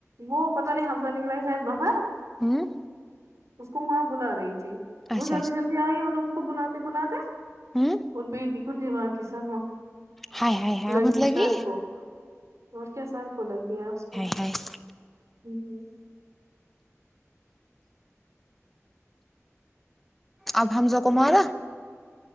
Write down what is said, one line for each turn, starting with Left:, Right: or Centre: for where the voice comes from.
Right: وہ پتہ نہیں حمزہ نکلا شاید باہر
Centre: ہوں
Right: اس کو ماں بلا رہی تھی وہ
Centre: اچھا
Right: جلدی
Centre: اچھا
Right: جلدی آئی مطلب اس کو بلاتے بلاتے
Centre: ہوں
Right: اور بیٹی کو دیوار کی سر
Centre: ہائے ہائے ہائے
Right: لگی
Centre: مطلب
Right: سر
Centre: کی
Right: کو اور کیا سال کو لگ گیا اس کو
Centre: ہ
Right: ہم
Centre: اب حمزہ کو مرا